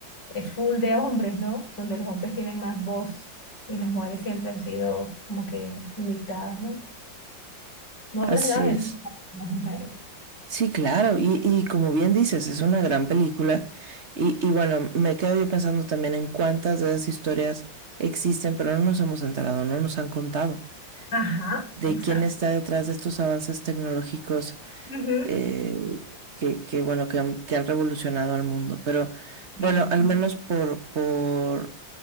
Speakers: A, on the left; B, on the right.
A: es full de hombres, ¿no? Donde los hombres tienen más voz y las mujeres siempre han sido como que limitadas, ¿no? No
B: Así
A: les dan ese
B: es.
A: espacio a las mujeres.
B: Sí, claro, y, y como bien dices, es una gran película y, y bueno, me quedo yo pensando también en cuántas de esas historias existen, pero no nos hemos enterado, no nos han contado
A: Ajá,
B: de
A: exacto.
B: quién está detrás de estos avances tecnológicos
A: Ujú.
B: eh, que, que, bueno, que han, que han revolucionado al mundo. Pero
A: Bien,
B: bueno, al
A: es-
B: menos por, por